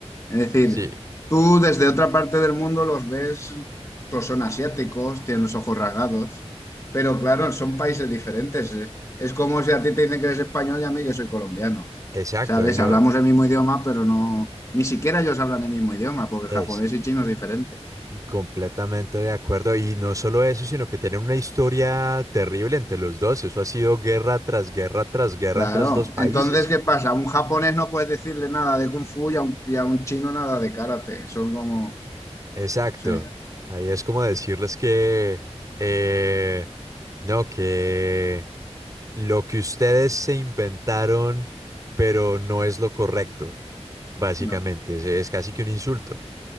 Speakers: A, on the left (about 25°); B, on the right (about 30°).
A: Es decir,
B: sí,
A: tú desde otra parte del mundo los ves, pues son asiáticos, tienen los ojos rasgados, pero claro, son países diferentes. Es, es como si a ti te dicen que eres español y a mí que soy colombiano.
B: exacto.
A: ¿Sabes?
B: Y no
A: Hablamos el mismo idioma, pero no, ni siquiera ellos hablan el mismo idioma, porque
B: es
A: japonés y chino es diferente.
B: completamente de acuerdo. Y no solo eso, sino que tienen una historia terrible entre los dos. Eso ha sido guerra tras guerra tras guerra
A: Claro.
B: entre los dos países.
A: Entonces, ¿qué pasa? A un japonés no puedes decirle nada de kung fu y a un, y a un chino nada de karate. Son como...
B: Exacto.
A: Sí,
B: Ahí es como decirles que, eh, no, que lo que ustedes se inventaron, pero no es lo correcto, básicamente.
A: no.
B: Es, es casi que un insulto.